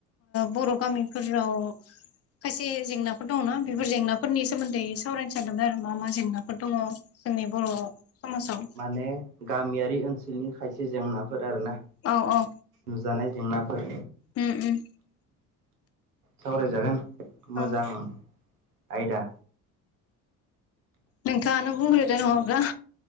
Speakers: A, on the left; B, on the right.
A: बर' गामिफोराव। खायसे जेंनाफोर दङना बेफोर जेंनाफोरनि सोमोन्दै सावरायनो सानदोंमोन आरो मा मा जेंनाफोर दङ जोंनि बर' समाजाव
B: माने गामियारि ओनसोलनि खायसे जेंनाफोर आरोना।
A: औ औ
B: नुजानाय जेंनाफोर।
A: उम उम
B: सावरायजागोन मोजां
A: औ
B: आयदा।
A: नोंथाङानो बुंग्रोदो नङाब्ला